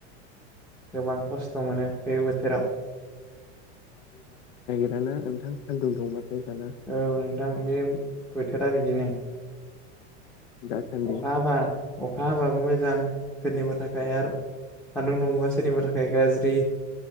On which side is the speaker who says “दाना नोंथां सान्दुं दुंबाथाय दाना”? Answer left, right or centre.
Left